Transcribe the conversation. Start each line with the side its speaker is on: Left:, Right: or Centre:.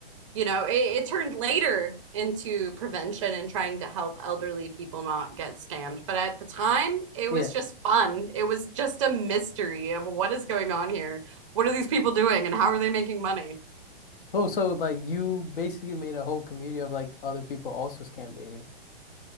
Right: you know, it, it turned later into prevention and trying to help elderly people not get scammed. But at the time, it
Left: Yeah.
Right: was just fun. It was just a mystery of what is going on here. What are these people doing and how are they making money?
Left: Oh, so like you basically made a whole community of like other people also scam baiting. <laughs>